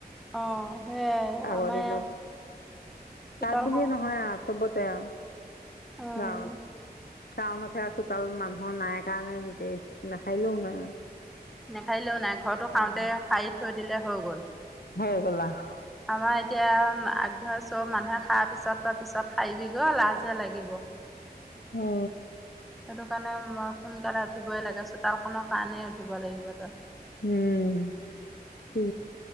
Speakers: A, in the centre; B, on the left.
A: অ সেইয়াই
B: আগৰ
A: আমাৰ
B: দিনত
A: চোতালখন
B: তাত বুলিয়ে নহয় আৰু চবতে আৰু
A: অ
B: গাঁৱত টাউনত সে আৰু চোতালত মানুহো নাই কাৰণে যেতি নাহাৰিলেও নাই আৰু
A: নেসাৰিলেও নাই ঘৰটো সাৰতে
B: উম,
A: সাৰি থৈ দিলে হৈ গ'ল
B: হৈ গলা আউ
A: আমাৰ এতিয়া আগ ধৰ চব মানুহে সাৰাৰ পিছত তই পিছত সাৰিবি গৈ লাজহে লাগিব
B: অ
A: সেইটো কাৰণে মই সোনকালে উঠিবই লাগে চোতালখনৰ কাৰণেই উঠিব লাগিব তই
B: উম কি